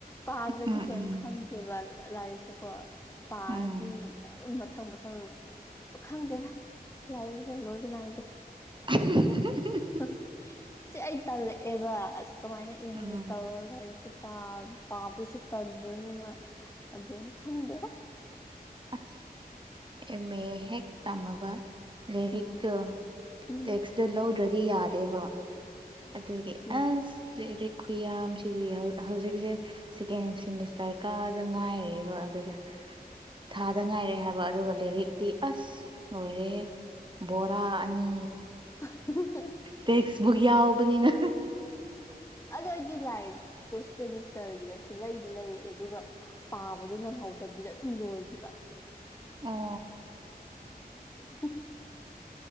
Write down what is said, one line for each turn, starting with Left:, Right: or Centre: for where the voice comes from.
Left: ꯄꯥꯗ꯭ꯔꯗꯤ
Right: ꯎꯝ
Left: ꯀꯩꯝ
Right: ꯎꯝ
Left: ꯈꯪꯗꯦꯕ ꯂꯥꯏꯔꯤꯛꯁꯦꯀꯣ ꯄꯥꯔꯗꯤ
Right: ꯎꯝ
Left: ꯑꯗꯨꯝ ꯃꯊꯪ ꯃꯊꯪ ꯈꯪꯗꯦꯗ ꯂꯥꯏꯔꯤꯛꯁꯦ ꯂꯣꯏꯕ ꯅꯥꯏꯗꯦ
Right: <unintelligible>
Left: ꯍꯛ ꯁꯤ ꯑꯩ ꯇꯜꯂꯛꯑꯦꯕ ꯑꯁ ꯀꯃꯥꯏꯅ ꯑꯦꯝ
Right: ꯎꯝ
Left: ꯑꯦ ꯇꯧꯔꯒ ꯂꯥꯏꯔꯤꯛꯁꯨ ꯄꯥ ꯄꯥꯕꯁꯨ ꯇꯟꯗꯣꯏꯅꯤꯅ ꯑꯗꯨꯝ ꯈꯪꯗꯦꯗ
Right: ꯑꯁ ꯑꯦꯝ ꯑꯦ ꯍꯦꯛ ꯇꯝꯃꯕ ꯂꯥꯏꯔꯤꯛꯇꯣ
Left: ꯎꯝ ꯎꯝ
Right: ꯇꯦꯛꯁꯇꯣ ꯂꯧꯗ꯭ꯔꯗꯤ ꯌꯥꯗꯦꯕ ꯑꯗꯨꯒꯤ
Left: ꯎꯝ
Right: ꯑꯁ ꯂꯩꯔꯤꯛ ꯈꯨꯌꯥꯝꯁꯤꯗꯤ ꯍꯧ ꯍꯧꯖꯤꯛꯁꯦ ꯁꯦꯀꯦꯟ ꯁꯤꯃꯤꯁꯇꯔ ꯀꯥꯗ ꯉꯥꯏꯔꯤꯕ ꯑꯗꯨꯒ ꯊꯥꯗ ꯉꯥꯏꯔꯦ ꯍꯥꯏꯕ ꯑꯗꯨꯒ ꯂꯥꯏꯔꯤꯛꯇꯤ ꯑꯁ ꯂꯣꯏꯔꯦꯍꯦ ꯕꯣꯔꯥ ꯑꯅꯤ
Left: <inaudible>
Right: ꯇꯦꯛꯁꯕꯨꯛ ꯌꯥꯎꯕꯅꯤꯅ
Left: ꯑꯗꯨ ꯑꯩꯗꯤ ꯂꯥꯏꯔꯤꯛ ꯇꯨ ꯁꯦꯃꯤꯁꯇꯔꯒꯤꯗꯁꯨ ꯂꯩꯗꯤ ꯂꯩꯔꯛꯑꯦ ꯑꯗꯨꯒ ꯄꯥꯕꯗꯥ ꯅꯪꯍꯧꯗꯕꯤꯗ ꯑꯗꯨꯝ ꯂꯣꯏꯈꯤꯕ
Right: ꯑꯣ
Left: <inaudible>